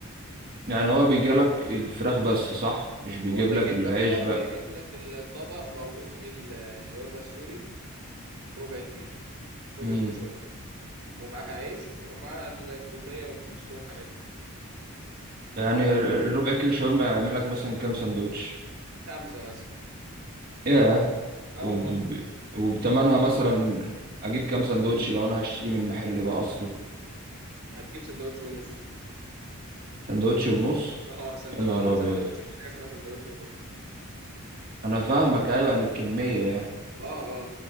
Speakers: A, on the right (about 40°); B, on the right (about 75°).
A: يعني هو بيجيلك الفراخ بس صح مش بيجيب
B: هو بيجيب
A: لك العيش
B: لك اه
A: بقى
B: بيجيب لك الطبق موجود فيه الشاورما السوري ربع كيلو ربع
A: امم.
B: كيلو شاورما ومعاها عيش ومعاها التومية والكولسلو والحاجات دي
A: يعني ال- ال- الربع كيلو شاورما يعمل لك مثلا كام سندوتش
B: خمسة مثلا
A: ياه
B: اه
A: وب...
B: والله
A: وبتمنها مثلا اجيب كام سندوتش لو انا هشتريه من المحل بقى اصله
B: هتجيب سندوتش ونص <laughs>
A: سندوتش ونص
B: اه سندوتش
A: يا نهار
B: يقول
A: ابيض
B: سندوتش مفيش حاجة اسمها سندوتش ونص
A: انا فاهمك ايوه يعني الكميه يعني
B: اه اه